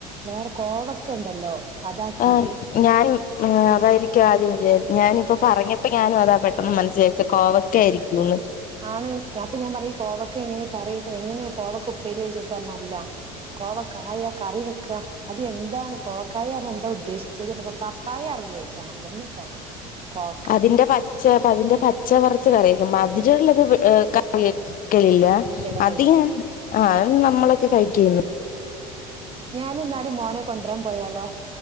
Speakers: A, on the right (about 30°); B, on the left (about 45°).
A: വേറെ കോവക്ക ഉണ്ടല്ലോ. അതാക്കീട്ട്
B: ആ ഞാനും അതായിരിക്കും ആദ്യം ഞാനിപ്പോ പറഞ്ഞപ്പോ ഞാനും അതാ പെട്ടെന്ന് മനസ്സി വിചാരിച്ച കോവക്ക ആയിരിക്കുന്ന്.
A: ആണ് ഞാപ്പ ഞാൻ പറ കോവക്ക എങ്ങനെ കറി എങ്ങനെയ കോവക്ക ഉപ്പേരി ചോയിച്ചപ്പ പറഞ്ഞല്ല. കോവക്കായ കറി വെക്ക അത് എന്താണ് കോവക്കായ എന്താ ഉദ്ദേശിച്ചത് പ്പ പപ്പായ ചോദിച്ച് ആ അതന്നെ കോവക്ക. കോവക്കായ
B: അതിന്റെ പച്ച അപ്പ അതിന്റെ പച്ച കുറച്ച് കറിവെക്കും മതിരുള്ളത് ഇവിടെ കറി ക്കലില്ല
A: ഇല്ലല്ല കഴിക്ക
B: അതി ആ അ നമ്മളൊക്കെ കഴിക്കന്ന്.
A: ഞാനിന്നാല് മോനെ കൊണ്ടുവരാൻ പോയാലോ.